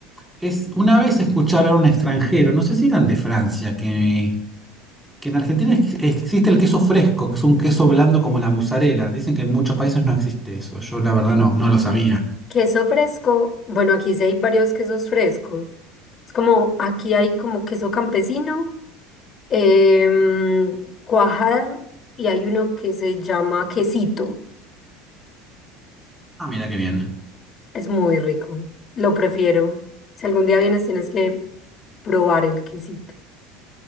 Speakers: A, in the centre; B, on the left.
A: Es, una vez escucharon a un extranjero, no sé si eran de Francia, que, que en Argentina ex- existe el queso fresco, que es un queso blando como la mozzarella. Dicen que en muchos países no existe eso, yo la verdad no, no lo sabía.
B: Queso fresco, bueno, aquí sí hay varios quesos frescos. Es como, aquí hay como queso campesino, em, cuajada, y hay uno que se llama quesito.
A: Ah, mira qué bien.
B: Es muy rico. Lo prefiero. Si algún día vienes, tienes que probar el quesito.